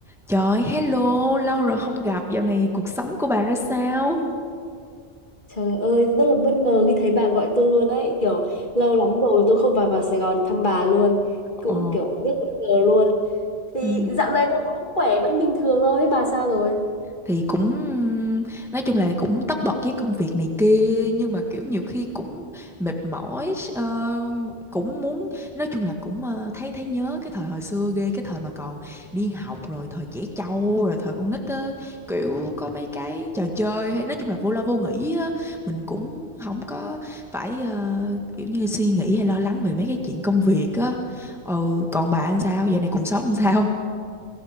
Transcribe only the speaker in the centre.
Trời, hello, lâu rồi không gặp, dạo này cuộc sống của bà ra sao?
Ồ,
ừ.
thì cũng nói chung là cũng tất bật với công việc này kia nhưng mà kiểu nhiều khi cũng mệt mỏi ờ, cũng muốn nói chung là cũng ờ, thấy thấy nhớ cái thời hồi xưa ghê cái thời mà còn đi học rồi thời trẻ trâu rồi thời con nít á kiểu có mấy cái trò chơi hay nói chung là vô lo vô nghĩ á mình cũng không có phải ờ, kiểu như suy nghĩ hay lo lắng về mấy cái chuyện công việc á ừ còn bạn sao giờ này cuộc sống làm sao